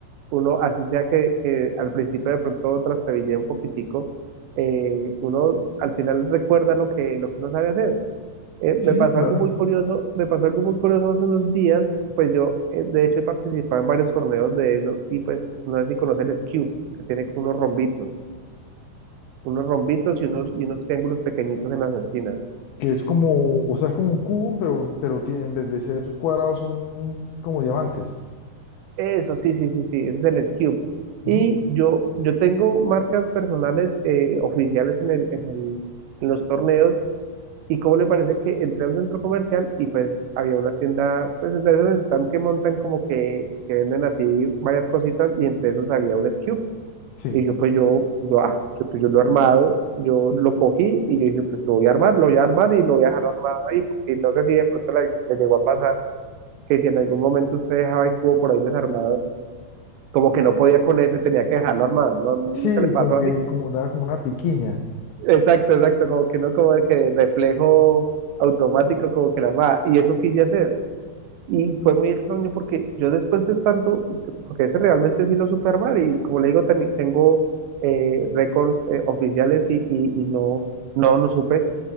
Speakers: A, on the right; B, on the left.
A: uno, así sea que, que al principio de pronto trastabillea un poquitico, eh, uno al final recuerda lo que, lo que uno sabe hacer. Eh,
B: Sí,
A: me pasó
B: claro.
A: algo muy curioso, me pasó algo muy curioso hace unos días, pues yo eh, de hecho he participado en varios torneos de eso y pues no sé si conocer el cube, que tiene como unos rombitos, unos rombitos y unos, y unos triángulos pequeñitos en las esquinas.
B: que es como, o sea, es como un cubo, pero, pero tie- en vez de ser cuadrados son como diamantes.
A: Eso, sí, sí, sí, sí, ese es el Cube.
B: Ujú.
A: Y yo, yo tengo marcas personales eh, oficiales en el, en el- en los torneos. ¿Y cómo le parece que entré a un centro comercial y pues había una tienda, pues de esos están que montan como que, que venden así varias cositas y entre esos había un Cube.
B: Sí,
A: Y yo pues yo, yo, ah, yo, pues, yo lo he armado, yo lo cogí y yo dije pues lo voy a armar, lo voy a armar y lo voy a dejar armado ahí porque no sé si de pronto le, le llegó a pasar que si en algún momento usted dejaba el cubo por ahí desarmado como que no podía con eso y tenía que dejarlo armado. No, nunca
B: sí,
A: le pasó
B: como que
A: así.
B: como daba como una piquiña.
A: Exacto, exacto, como que no, como de que reflejo automático, como que la armaba. Y eso quise hacer. Y fue muy extraño porque yo después de tanto, porque ese realmente sí lo supe armar y como le digo, teni- tengo eh, récords eh, oficiales y, y, y no, no, no supe,